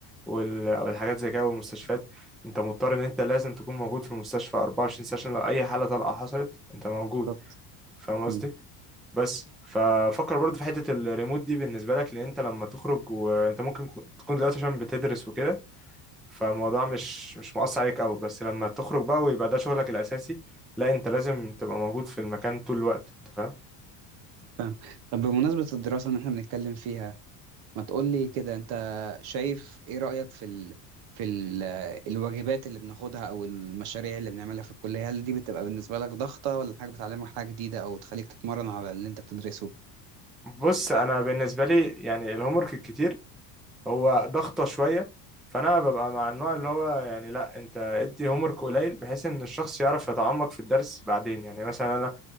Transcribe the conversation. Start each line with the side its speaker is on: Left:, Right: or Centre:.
Centre: وال- والحاجات زي كده والمستشفيات انت مضطر ان انت لازم تكون موجود في المستشفى 24 ساعه عشان لو اي حاله طارئه حصلت انت موجود
Right: بالظبط
Centre: فاهم قصدي
Right: مم.
Centre: بس ففكر برضه في حتة الريموت دي بالنسبة لك لأن أنت لما تخرج وأنت ممكن تكون دلوقتي عشان بتدرس وكده فالموضوع مش مش مؤثر عليك أوي بس لما تخرج بقى ويبقى ده شغلك الأساسي لا أنت لازم تبقى موجود في المكان طول الوقت أنت فاهم
Right: فاهم طب بمناسبة الدراسة اللي احنا بنتكلم فيها ما تقولي كده انت شايف ايه رأيك في ال... في ال... الواجبات اللي بناخدها او المشاريع اللي بنعملها في الكلية هل دي بتبقى بالنسبة لك ضغطة ولا حاجة بتعلمك حاجة جديدة او تخليك تتمرن على اللي انت بتدرسه
Centre: بص أنا بالنسبة لي يعني الهومورك الكتير هو ضغطة شوية فأنا ببقى مع النوع اللي هو يعني لا أنت ادي هومورك قليل بحيث إن الشخص يعرف يتعمق في الدرس بعدين يعني مثلا أنا